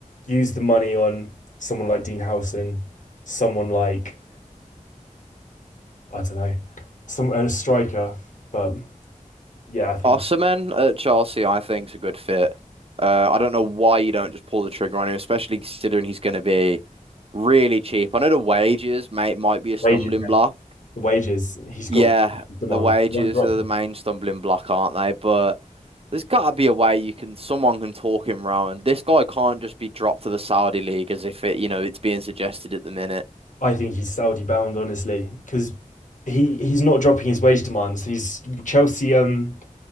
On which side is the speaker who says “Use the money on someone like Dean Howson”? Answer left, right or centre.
Left